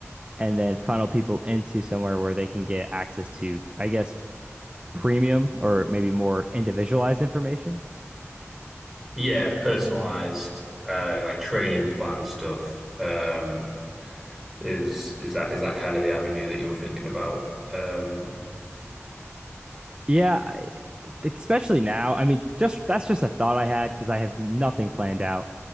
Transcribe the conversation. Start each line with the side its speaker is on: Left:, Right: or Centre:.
Right: and then funnel people into somewhere where they can get access to, I guess, premium or maybe more individualized information.
Centre: Yeah, personalized uh like training plan stuff um is is that is that kind of the avenue that you were thinking about? Um
Right: Yeah, especially now. I mean, just that's just a thought I had because I have nothing planned out.